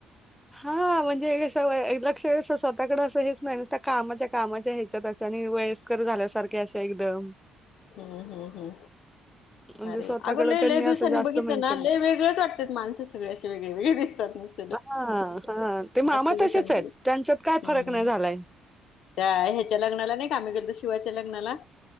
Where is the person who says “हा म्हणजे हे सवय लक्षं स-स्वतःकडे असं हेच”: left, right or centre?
Centre